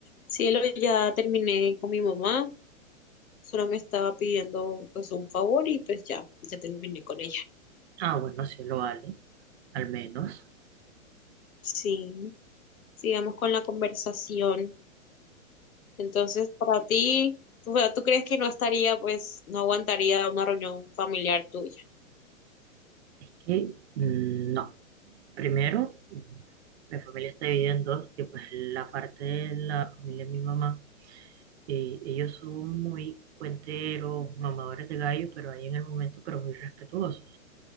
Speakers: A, on the left; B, on the right.
A: Cielo, ya terminé con mi mamá, solo me estaba pidiendo pues un favor y pues ya, ya terminé con ella.
B: Ah, bueno, sí lo vale, al menos.
A: Sí, sigamos con la conversación. Entonces, para ti, ¿tú, tú crees que no estaría, pues, no aguantaría una reunión familiar tuya?
B: Es que mm, no. Primero, mm, mi familia está dividida en dos, y pues la parte de la familia de mi mamá, y ellos son muy cuenteros, mamadores de gallo, pero ahí en el momento, pero muy respetuosos.